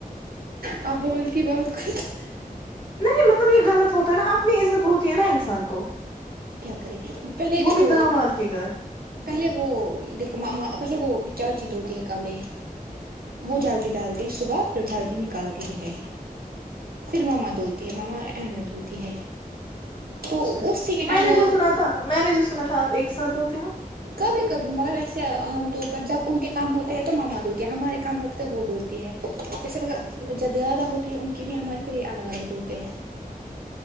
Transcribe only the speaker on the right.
اب <inaudible>
کیا کرے پہلے دیکھو
پہلے وہ دیکو پیسے وہ چاچی دھتی ہے کپڑے وہ جلدی ڈالتی ہیں صبح پھر جلدی نکالتی بھی ہے پھر ماما دھوتی ہے ماما این میں دھوتی ہے تو
اس س کے ٹائم
وہ
کبھی کبھی مگر ویسے عام طور پر جب ان کے کام ہوتے ہیں تو ماما دھوتی ہمارے کام ہوتے ہے تو وہ دھوتی ہے ویسے مگر جب زیادہ ہوتے ہیں ان کی بھی ہماریے پھر یہ الگ الگ دھوتے ہیں